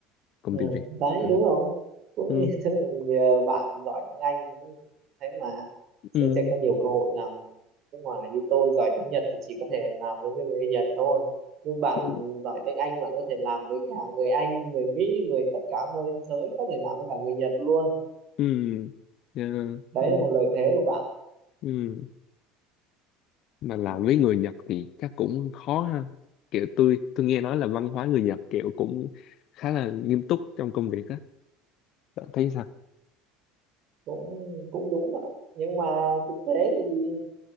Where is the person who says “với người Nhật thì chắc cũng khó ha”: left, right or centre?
Left